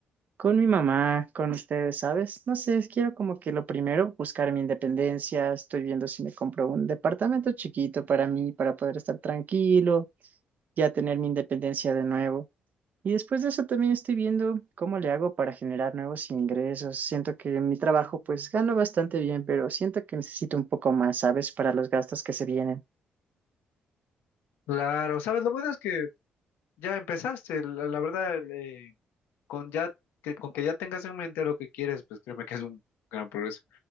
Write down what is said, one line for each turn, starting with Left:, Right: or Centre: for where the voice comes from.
Right: Con mi mamá, con ustedes, ¿sabes? No sé, quiero como que lo primero, buscar mi independencia. Estoy viendo si me compro un departamento chiquito para mí, para poder estar tranquilo, ya tener mi independencia de nuevo. Y después de eso también estoy viendo cómo le hago para generar nuevos ingresos. Siento que en mi trabajo pues gano bastante bien, pero siento que necesito un poco más, ¿sabes? Para los gastos que se vienen.
Left: Claro, sabes, lo bueno es que ya empezaste, la, la verdad, eh, con ya, que, con que ya tengas en mente lo que quieres, pues créeme que es un gran progreso.